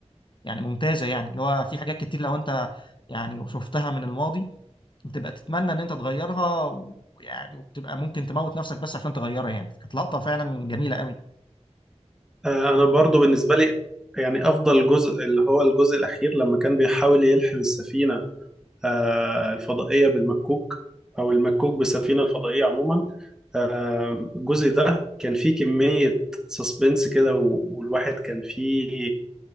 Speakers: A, on the left; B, in the centre.
A: يعني ممتازه يعني اللي هو في حاجات كتير لو انت يعني شفتها من الماضي بتبقى تتمنى ان انت تغيرها ويعني وبتبقى ممكن تموت نفسك بس عشان تغيرها يعني كانت لقطه فعلا جميله قوي
B: آه، انا برضو بالنسبه لي يعني افضل جزء اللي هو الجزء الاخير لما كان بيحاول يلحم السفينه آه، الفضائيه بالمكوك او المكوك بالسفينه الفضائيه عموما آه، الجزء ده كان فيه كميه سسبنس كده و- والواحد كان فيه